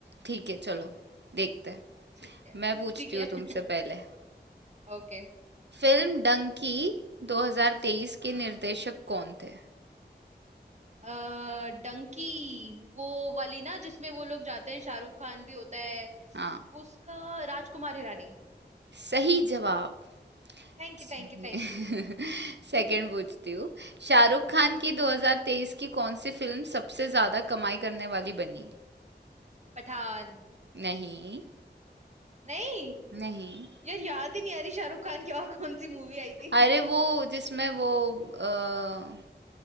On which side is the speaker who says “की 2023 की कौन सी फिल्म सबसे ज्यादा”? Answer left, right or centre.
Right